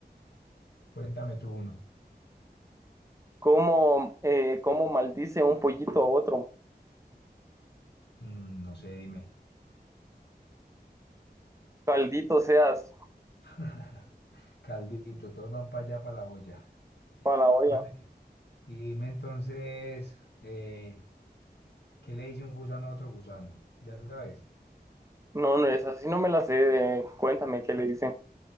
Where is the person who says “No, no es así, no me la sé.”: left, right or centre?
Right